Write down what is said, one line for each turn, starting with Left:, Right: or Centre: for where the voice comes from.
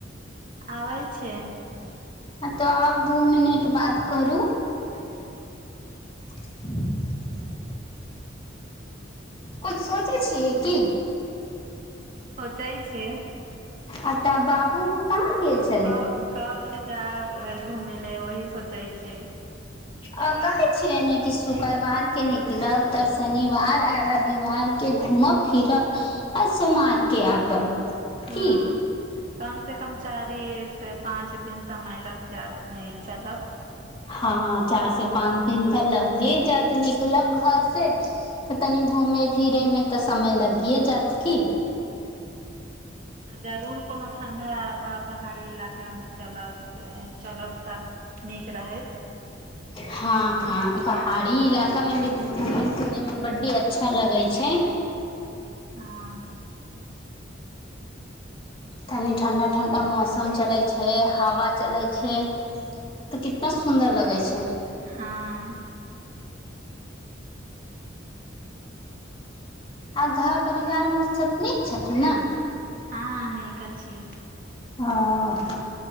Right: अबैए छै
Left: ह तो आऔर दू मिनट बात करू
Right: <inaudible>
Left: <inaudible> किछु सोचै छियै की
Right: सोचइ छी
Left: आ तऽ बाबू बु कहाँ गेल छले
Right: कब कब ले जायब घूमेले वही सोचे छी
Left: आ कहै छियै ने कि शुक्रवार के निकलब तऽ शनिवार आ रविवार के घूमब फिरब आ सोमार के आबब
Right: हाँ
Left: की
Right: कम से कम चारि से पाँच दिन समय लग जाब नइ चलब
Left: हँ चार से पाँच दिन तऽ लगि जात निकलब घर से तऽ तनी घूमै फिरै मे तऽ समय लगिए जायत कि
Right: जरूर कोनो ठंडा आ पहाड़ी इलाका मे चलब चलब तऽ नीक रहैत
Left: हँ हँ पहाड़ी इलाका में भी घूमेय फिरे मे बड्डी अच्छा लगे छै
Right: हँ
Left: तनी ठंडा ठंडा मौसम चले छै हवा चले छै तऽ कितना सुन्दर लगै छै
Right: हँ
Left: आ घर परिवार में सभ नीक छथिन ने
Right: हँ नीक अछी
Left: ओ